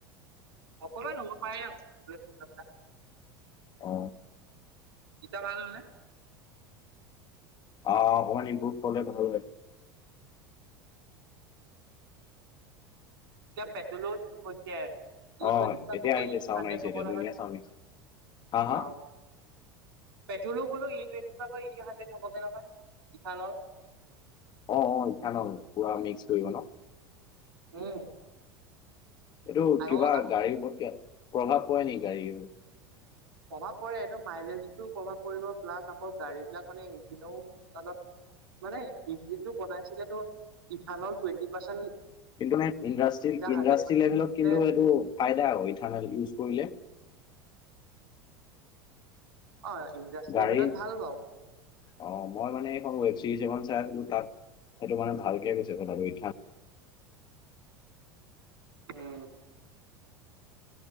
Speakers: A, on the right; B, on the left.
A: অকলে লব পাৰে আৰু <unintelligible>
B: অ
A: ইতা ভাল হলনে?
B: অহ, অকণমান ইমপ্ৰুভ ক'লে ভাল ওলাইছে।
A: এতিয়া পেট্ৰলৰ কি হৈছে? ই
B: অ
A: টুৱেণ্টি পা
B: এতিয়া
A: কৈ-কৈ
B: আহিছে
A: ই
B: চাউণ্ড
A: হান্দ্ৰেড
B: আহিছে
A: হব
B: এতিয়া
A: নহয়
B: ধুনীয়া চাউণ্ড আহিছে হা হা
A: অ, পেট্ৰলো বোলো ই টুৱেণ্টি পা গৈ ই হানড্ৰেদ হবগে নহয় ইঠানল।
B: অ', অ', ইথানল পুৰা মিক্স কৰিব ন'?
A: উম,
B: এইটো
A: আকৌ
B: কিবা গাড়ীৰ <unintelligible> প্ৰভাৱ পৰে নেকি গাড়ীৰ?
A: প্ৰভাৱ পৰে এইটো মাইলেজটো প্ৰভাৱ পৰিব প্লাছ আকৌ গাড়ী বিলাক মানে ইঞ্জিনও অলপ মানে ইঞ্জিন টো বনাইছিলেতো ইথানল টুৱেণ্টি পাৰ্চেণ্ট
B: কিন্তু মানে ইণ্ডাষ্ট্ৰী
A: হাণ্ড্ৰেড
B: ইণ্ডাষ্ট্ৰী লেভেলত কিন্তু এইটো ফাইদা আ ক ইথানেল ইউজ কৰিলে।
A: অ ইণ্ডাষ্ট্ৰী
B: গাড়ীৰ
A: লেভেলত ভাল বাওঁ।
B: অ মই মানে এইখন ৱেব চিৰিজ এখন চাই আছিলো তাত সেইটো মানে ভালকে কৈছে কথাবো ইথা
A: উম।